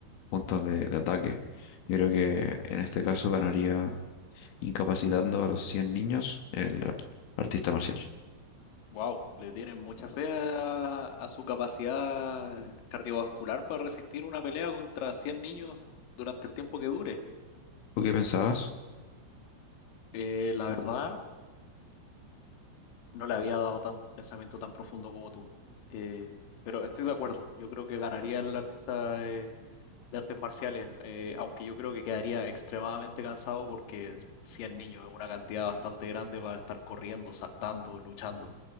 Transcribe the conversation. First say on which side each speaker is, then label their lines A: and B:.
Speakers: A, on the left; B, on the left.
A: puntos de, de ataque. Yo creo que en este caso ganaría incapacitando a los 100 niños el ar- artista marcial.
B: Wow, le tienen mucha fe a, a su capacidad cardiovascular para resistir una pelea contra 100 niños durante el tiempo que dure.
A: ¿Tú qué pensabas?
B: Eh, la verdad, no le había dado tan pensamiento tan profundo como tú. Eh, pero estoy de acuerdo, yo creo que ganaría el artista de, de artes marciales, eh, aunque yo creo que quedaría extremadamente cansado porque 100 niños es una cantidad bastante grande para estar corriendo, saltando, luchando.